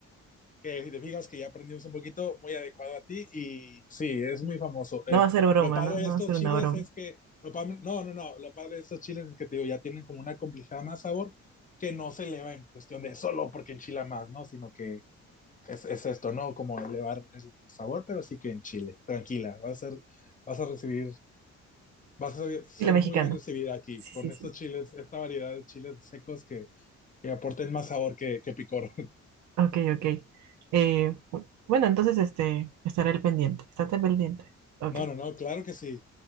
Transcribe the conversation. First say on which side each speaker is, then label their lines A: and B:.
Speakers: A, on the left; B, on the right.
A: que si te fijas que ya aprendimos un poquito, muy adecuado a ti y sí, es muy famoso. Eh,
B: No va a ser broma,
A: lo padre
B: ¿no? No
A: de estos
B: va a ser
A: chiles
B: una broma.
A: es que, lo pa- no, no, no, lo padre de estos chiles es que te digo, ya tienen como una complejidad más sabor que no se eleva en cuestión de solo porque enchila más, ¿no? Sino que es, es esto, ¿no? Como elevar el el sabor, pero sí que en chile. Tranquila, vas a ser, vas a recibir vas a ser
B: Estilo mexicano.
A: muy bien recibida aquí
B: Sí,
A: con
B: sí,
A: estos
B: sí.
A: chiles, esta variedad de chiles secos que, que aporten más sabor que, que picor. <laughs>
B: Ok, ok. Eh, bu- bueno, entonces este, estaré al pendiente. Estate pendiente. Ok.
A: No, no, no, claro que sí.